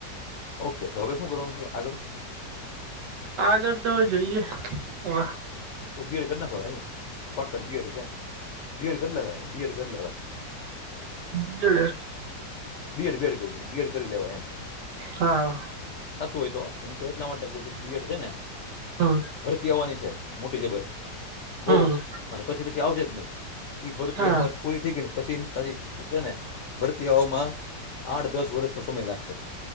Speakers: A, on the left (about 60°); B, on the right (about 75°).
A: ઓકે તો હવે શું કરવાનું છે આગળ
B: આગળ તો જોઈએ હવે
A: તો બીએડ કર નાખો હવે ભાઈ- <unintelligible> શોર્ટકટ બીએડ છે બી એડ કર લેવાય બી એડ કર લેવાય.
B: <unintelligible>
A: બી એડ બેડ કવ છું બીએડ કરી લેવાય એમ
B: હાં
A: થતું હોય તો હું તો એટલા માટે ક્વ છું બી એડ છે ને
B: હમ્મ
A: ભરતી આવાની છે મોટી જબર બોવ
B: હમ
A: અને પછી પછી આવશે જ નહી ઇ ભરતી
B: હા
A: એક વર્ષ પૂરી થઈ ગઈને પછી પાછી જેને ભરતી આવામાં આઠ દસ વર્ષનો સમય લાગશે